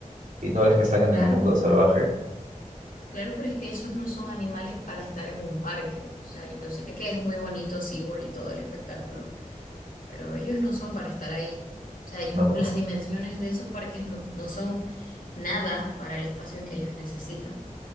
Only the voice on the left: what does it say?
Claro.
Claro, pero es que esos no son animales para estar en un parque. O sea, yo sé que es muy bonito SeaWorld y todo el espectáculo, pero ellos no son para estar ahí. O sea, ellos-
las dimensiones de esos parques no, no son nada para el espacio en que ellos necesitan.